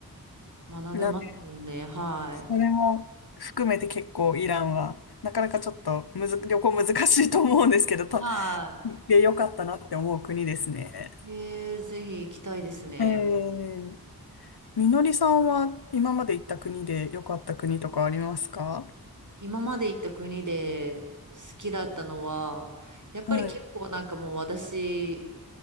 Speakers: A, on the right (about 55°); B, on the left (about 90°).
A: 学べますよね。
B: いなんで、
A: はい。
B: それも含めて結構イランは、なかなかちょっとむず、旅行難しいと思うんですけど、と
A: は
B: 行ってよかったなって思う国ですね。
A: い。えー、ぜひ行きたいですね。
B: えー、みのりさんは今まで行った国で良かった国とかありますか
A: 今まで行った国で好きだったのは、やっぱり結構なんかもう私、
B: はい。